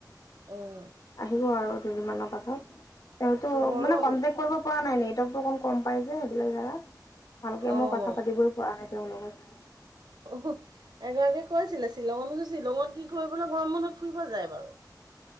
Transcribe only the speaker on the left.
নোৱাৰো আৰু দুদিন মানৰ পাছত, তেওঁটো
মানে কনটেক্ট। কৰিব পৰা নাই নেকি, তেওঁটো গম পাই সেইবিলাক জেগাত, ভালকে
মই কথা পাতি - গৈ পোৱা নাই তেওঁ লগত।